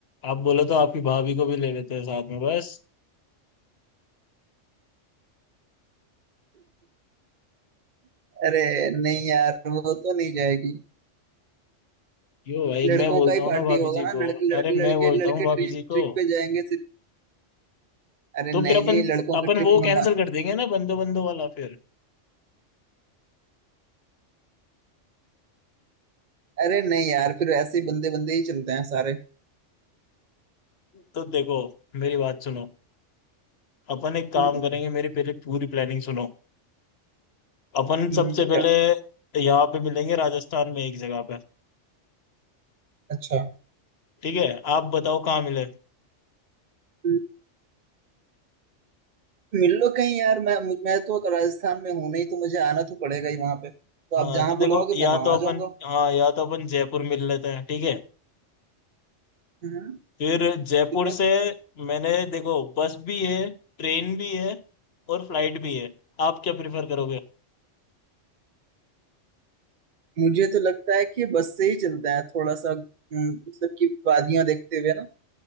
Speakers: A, on the left; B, on the right.
A: आप बोलो तो आपकी भाभी को भी ले लेते हैं साथ में बस
B: अरे नहीं यार वो तो नहीं जाएगी
A: यो भाई
B: लड़कों
A: मैं बोलता
B: का ही
A: हूँ
B: पार्टी
A: ना भाभी
B: होगा
A: जी
B: ना
A: को
B: लड़के लड़-
A: अरे
B: लड़के
A: मैं बोलता
B: लड़के
A: हूँ भाभी
B: ट्रिप
A: जी को
B: ट्रिप पे जाएंगे सिर्फ अरे
A: तो
B: नहीं
A: फिर अपन
B: नहीं लड़कों
A: अपन
B: की ट्रिप
A: वो
B: में
A: कैंसिल कर देंगे ना बंदो बंदो वाला फिर
B: अरे नहीं यार फिर ऐसे ही बंदे बंदे ही चलते हैं सारे
A: तो देखो मेरी बात सुनो अपन एक काम
B: हम्म
A: करेंगे मेरी पहले पूरी प्लानिंग सुनो अपन
B: हम्म,
A: सबसे
B: क्या
A: पहले यहाँ पे मिलेंगे राजस्थान में एक जगह पे
B: अच्छा
A: ठीक है आप बताओ कहाँ मिले
B: हम्म, मिल लो कहीं यार मैं मु- मैं तो राजस्थान में हूं नहीं तो मुझे आना तो पड़ेगा ही वहां पे तो
A: हाँ
B: आप जहां
A: तो देखो
B: बुलाओगे
A: या
B: मैं वहां
A: तो
B: आ
A: अपन
B: जाऊंगा
A: हाँ या तो अपन जयपुर मिल लेते हैं ठीक है
B: हम्म
A: फिर जयपुर
B: ठीक है
A: से मैंने देखो बस भी है ट्रेन भी है और फ्लाइट भी है आप क्या प्रिफर करोगे
B: मुझे तो लगता है कि बस से ही चलते हैं थोड़ा सा हम्म, मतलब कि वादियां देखते हुए ना